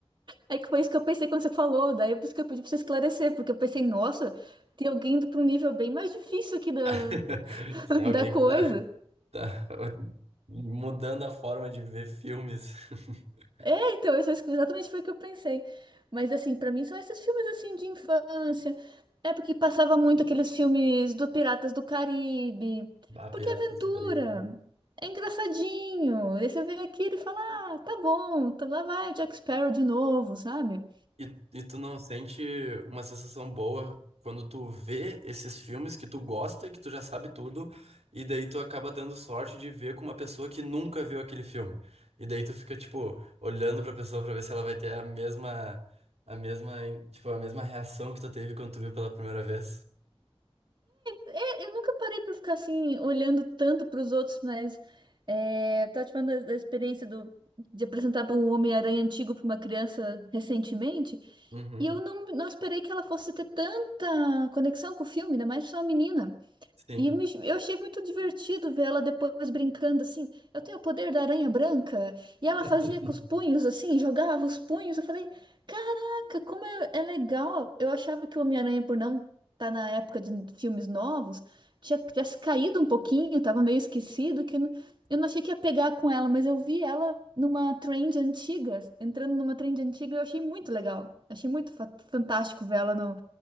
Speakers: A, on the right; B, on the right.
A: É que foi isso que eu pensei quando você falou, daí é por isso que eu pedi pra você esclarecer, porque eu pensei, nossa, tem alguém indo pra um nível bem mais difícil aqui da,
B: <laughs>
A: <laughs>
B: Tem alguém
A: da coisa.
B: que tá, tá <laughs> mudando a forma de ver filmes. <laughs>
A: É, então, isso exatamente foi o que eu pensei. Mas assim, pra mim são esses filmes assim de infância. É porque passava muito aqueles filmes do Piratas do Caribe.
B: Bah,
A: Porque
B: Piratas
A: é aventura.
B: do Caribe.
A: É engraçadinho. E você vê aquilo e fala: "Ah, tá bom, tá- lá vai o Jack Sparrow de novo", sabe?
B: E, e tu não sente uma sensação boa quando tu vê esses filmes que tu gosta e que tu já sabe tudo, e daí tu acaba dando sorte de ver com uma pessoa que nunca viu aquele filme. E daí tu fica, tipo, olhando pra pessoa pra ver se ela vai ter a mesma, a mesma, tipo, a mesma reação que tu teve quando tu viu pela primeira vez.
A: É, eu nunca parei para ficar assim, olhando tanto para os outros, mas é, tá te falando da, da experiência do, de apresentar para um Homem-Aranha antigo para uma criança recentemente,
B: Uhum.
A: e eu não, não esperei que ela fosse ter tanta conexão com o filme, ainda mais só uma menina.
B: Sim.
A: E me- eu achei muito divertido ver ela depois brincando assim. Eu tenho o poder da aranha branca. E ela
B: <laughs>
A: fazia com os punhos assim, jogava os punhos. Eu falei, caraca, como é, é legal. Eu achava que o Homem-Aranha, por não estar na época de filmes novos, tinha, tinha se caído um pouquinho, tava meio esquecido, que eu não eu não achei que ia pegar com ela, mas eu vi ela numa trend antiga, entrando numa trend antiga, e eu achei muito legal. Achei muito fa- fantástico ver ela no-